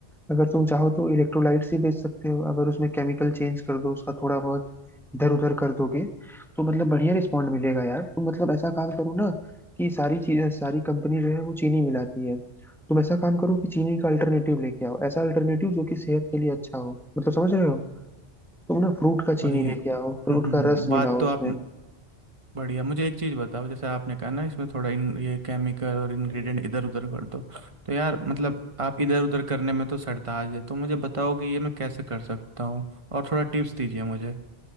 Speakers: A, in the centre; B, on the right.
A: अगर तुम चाहो तो इलेक्ट्रोलाइट्स ही बेच सकते हो अगर उसमें केमिकल चेंज कर दो उसका थोड़ा बहुत इधर उधर कर दोगे तो मतलब बढ़िया रिस्पॉन्ड मिलेगा यार तुम मतलब ऐसा काम करो ना कि सारी चीज सारी कंपनी जो है वो चीनी मिलाती है तुम ऐसा काम करो कि चीनी का अल्टरनेटिव लेके आओ ऐसा अल्टरनेटिव जो कि सेहत के लिए अच्छा हो मतलब समझ रहे हो तुम ना फ्रूट का चीनी
B: भाई
A: लेके आओ फ्रूट
B: <laughs>
A: का रस
B: बात
A: मिलाओ
B: तो
A: उसमें
B: आप बढ़िया मुझे एक चीज़ बताओ जैसे आपने कहा ना इसमें थोड़ा इन ये केमिकल और इंग्रेडिएंट इधर उधर कर दो तो यार मतलब आप इधर उधर करने में तो सरताज है तो मुझे बताओ कि ये मैं कैसे कर सकता हूँ और थोड़ा टिप्स दीजिए मुझे